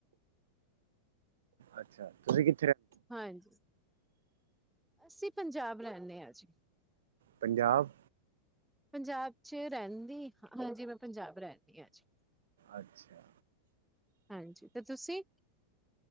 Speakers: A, on the right; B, in the centre.
A: ਅੱਛਾ ਤੁਸੀਂ ਕਿ
B: ਹਾਂਜੀ। ਅਸੀਂ ਪੰਜਾਬ ਰਹਿੰਦੇ ਹਾਂ ਜੀ।
A: ਪੰਜਾਬ
B: ਪੰਜਾਬ ਚ ਰਹਿੰਦੀ ਹਾਂਜੀ ਮੈਂ ਪੰਜਾਬ ਰਹਿੰਦੀ ਹਾਂ ਅੱਜ
A: ਅੱਛਾ
B: ਹਾਂਜੀ ਤੇ ਤੁਸੀਂ